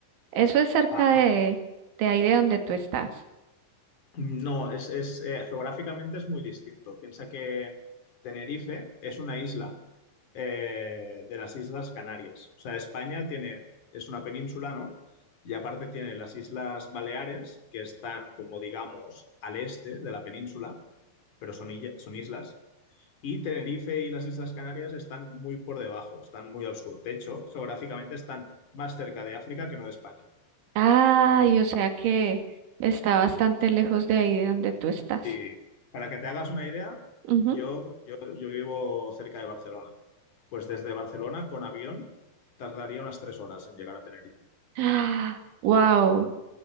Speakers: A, on the right; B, on the left.
A: Eso es cerca
B: Ah.
A: de, de ahí de donde tú estás.
B: No, es, es, eh, geográficamente es muy distinto. Piensa que Tenerife es una isla eh, de las Islas Canarias. O sea, España tiene, es una península, ¿no? Y aparte tiene las Islas Baleares, que están como digamos al este de la península, pero son, illa- son islas. Y Tenerife y las Islas Canarias están muy por debajo, están muy al sur. De hecho, geográficamente están más cerca de África que no de España.
A: Ay, o sea que está bastante lejos de ahí de donde tú estás.
B: Sí, para que te hagas una idea,
A: Ujú.
B: yo, yo, yo vivo cerca de Barcelona. Pues desde Barcelona con avión tardaría unas tres horas en llegar a Tenerife.
A: Ah, wow,